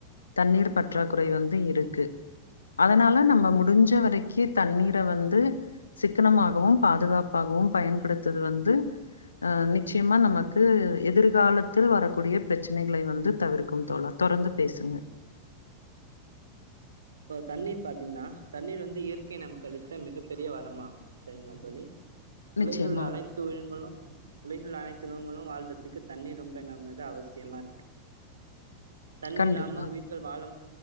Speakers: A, on the left (about 75°); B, on the right (about 70°).
A: தண்ணீர் பற்றாக்குறை வந்து இருக்கு அதனால நம்ம முடிஞ்ச வரைக் தண்ணீர வந்து த்து சிக்கனமாகவும் பாதுகாப்பாகவும் பயன்படுத்தது வந்து அ நிச்சயமா நமக்கு எதிர்கால த்தில் வரக்கூடிய பிரச்சனைகளை வந்து தவிர்க்கு தோழா தொடர்ந்து பேசுங்க
B: இப்ப தண்ணீர் பாத்தீங்கன்னா தண்ணீர் வந்து இயற்கையை நமக்கு அளித்த மிகப் பெரிய வரம்மாகும் சரிங்களா தோழி
A: நிச்சயமா
B: உலகில் உள்ள அனைத்து உயினங்களு உலகில் உள்ள அனைத்து விலங்களு வாழ்றதுக்கு தண்ணிர் ரொம்ப என்ன பண்ணுது அவசியமா இருக்கு தண்ணி
A: கண்டிப்பா
B: இல்லாம உயிர்கள் வாழ